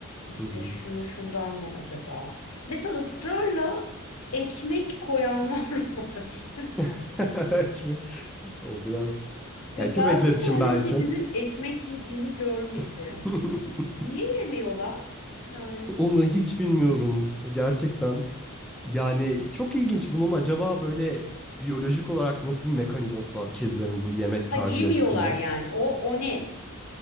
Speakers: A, on the left; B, in the centre.
A: İşte
B: hı hı.
A: şunu şundan mı acaba? Mesela ısrarla ekmek koyanlar <laughs> var.
B: <laughs> Kimi? O biraz
A: Ya
B: ya köpekler
A: daha bir
B: için
A: tane
B: belki.
A: kedinin ekmek yediğini görmedim.
B: <laughs>
A: Niye yemiyorlar? Yani
B: Onu hiç bilmiyorum gerçekten. Yani çok ilginç. Bunun acaba böyle biyolojik olarak nasıl bir mekanizması var kedilerin bu yemek tercihi
A: ha yemiyorlar
B: açısından?
A: yani o o net.